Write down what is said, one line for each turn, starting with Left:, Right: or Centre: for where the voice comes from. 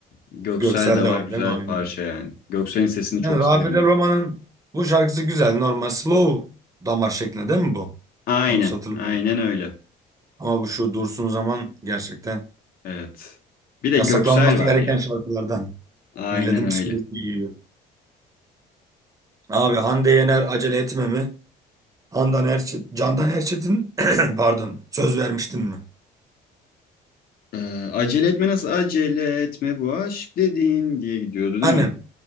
Left: Göksel
Right: Göksel
Left: de var
Right: de var
Left: güzel
Right: değil mi? Aynen.
Left: parça yani. Göksel'in sesini
Right: Yani
Left: çok
Right: Rafet
Left: severim
Right: El
Left: ben.
Right: Roma'nın bu şarkısı güzel. Normal slow damar şeklinde değil mi bu?
Left: Aynen.
Right: Yanlış hatırlamıyorum.
Left: Aynen öyle.
Right: Ama bu şu Dursun Zaman gerçekten
Left: Evet. Bir de
Right: yasaklanması
Left: Göksel var
Right: gereken
Left: ya.
Right: şarkılardan.
Left: Aynen
Right: Milletin
Left: öyle.
Right: psikolojisi yiyor. Abi Hande Yener acele etme mi? Handan Erçet, Candan Erçetin <clears throat> pardon söz vermiştin mi?
Left: Ee, acele etme nasıl? Acele etme bu aşk dediğin diye gidiyordu değil
Right: Annem.
Left: mi?